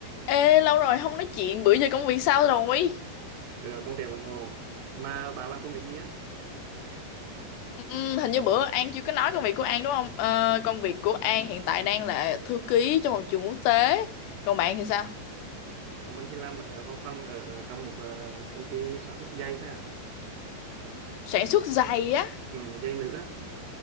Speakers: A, on the left; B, on the right.
A: Ê, lâu rồi không nói chuyện, bữa giờ công việc sao rồi?
B: ừ, công việc vẫn ổn mà bạn làm công việc gì á
A: Ừ, hình như bữa An chưa có nói công việc của An đúng không? Ờ, công việc của An hiện tại đang là thư ký cho một trường quốc tế. Còn bạn thì
B: Ừ.
A: sao?
B: còn mình thì làm ở văn phòng ở, ở trong một ờ, công ty sản xuất dây thôi à
A: Sản xuất giày á.
B: ừ, dây nữ á